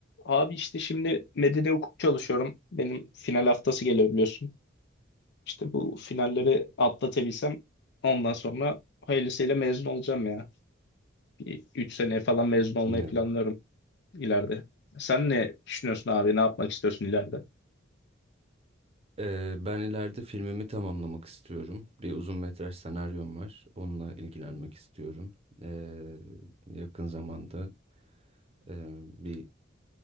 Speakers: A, on the left; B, on the right.
A: Abi işte şimdi medeni hukuk çalışıyorum. Benim final haftası geliyor biliyorsun. İşte bu finalleri atlatabilsem ondan sonra hayırlısıyla mezun olacağım ya. Bir 3 seneye falan mezun olmayı
B: Ne?
A: planlıyorum ileride. Sen ne düşünüyorsun abi? Ne yapmak istiyorsun ileride?
B: Ee, ben ileride filmimi tamamlamak istiyorum. Bir uzun metraj senaryom var. Onunla ilgilenmek istiyorum. Ee, yakın zamanda e, bir